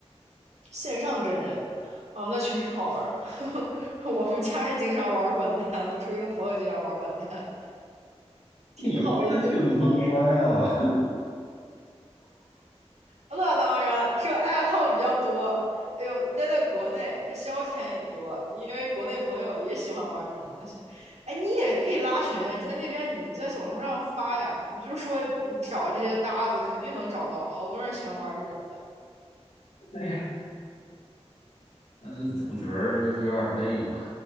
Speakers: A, on the right; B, on the left.
A: 线上真人，哦，那确实好玩儿。<laughs> 我们家也经常玩掼蛋，我出去跟朋友家玩掼蛋，挺好的娱乐方。
B: 你会的挺多呀。
A: 那当然，这爱好比较多。哎呦，待在国内，这消遣也多，因为国内朋友也喜欢玩这种东西。哎，你也可以拉群啊，你在那边你在小红书上发呀，你就说你找这些搭子，肯定能找到，好多人喜欢玩这种的。
B: <laughs> 但是主角儿就有点累吧。